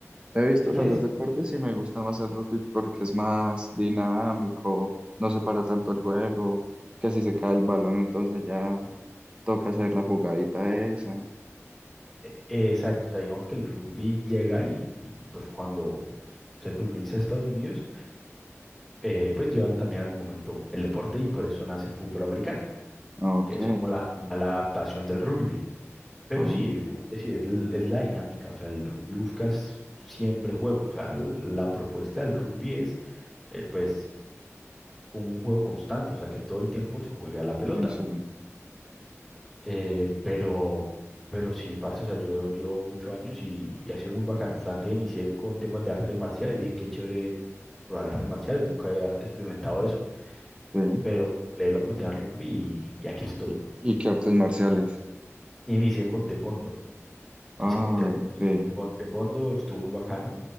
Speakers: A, on the right (about 20°); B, in the centre.
A: he visto
B: eh,
A: los
B: pues,
A: dos deportes y me gusta más el rugby porque es más dinámico, no se para tanto el juego, que si se cae el balón entonces ya toca hacer la jugadita esa.
B: eh, eh, exacto, o sea, digamos que el rugby llega y, y, pues cuando se coloniza Estados Unidos, eh, pues llevan también en algún momento el deporte y por eso nace el fútbol americano,
A: Ah, ok.
B: que es como la, la adaptación del rugby. Pero
A: Ah,
B: sí, eh, como te decía, es, l- es la dinámica, o sea, el rugby buscas siempre juego, o sea, l- la propuesta del rugby es, eh, pues, con un juego constante, o sea, que todo el tiempo se juega la pelota.
A: sí, sí,
B: Eh, pero, pero sí, parce, o sea, yo, yo ocho años y, y ha sido muy bacano, o sea, antes inicié con temas de artes marciales, dije qué chévere probar artes marciales, nunca había experimentado eso,
A: sí.
B: pero le di la oportunidad al rugby y, y aquí estoy.
A: ¿Y, y qué artes marciales?
B: Inicié con taekwondo.
A: Ah,
B: Hice con taekwondo,
A: sí.
B: eh, con taekwondo estuvo muy bacano,